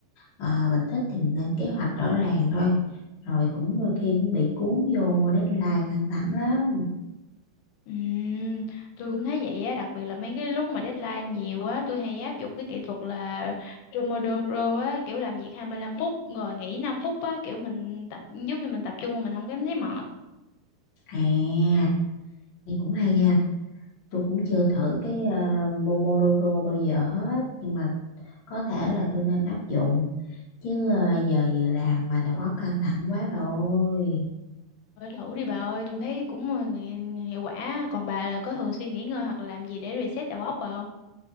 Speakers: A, on the left; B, on the left.
A: ờ, mình thích thì mình lên kế hoạch rõ ràng thôi rồi cũng đôi khi cũng bị cuốn vô deadline căng thẳng lắm
B: Ừm, tôi cũng thấy vậy á đặc biệt là mấy cái lúc mà deadline nhiều á tôi hay áp dụng cái kỹ thuật là Pomodoro á kiểu làm việc 25 phút rồi nghỉ 5 phút á kiểu mình tập giúp cho mình tập trung mà mình không cảm thấy mệt
A: à nghe cũng hay nha tôi cũng chưa thử cái ờ, Pomodoro bao giờ hết nhưng mà có thể là tôi nên áp dụng chứ ờ, giờ vừa làm mà đầu óc căng thẳng quá rồi ôi.
B: Thôi thử đi bà ơi, tôi thấy cũng ờ, hiệu quả. Còn bà là có thường xuyên nghỉ ngơi hoặc là làm gì để reset đầu óc bà không?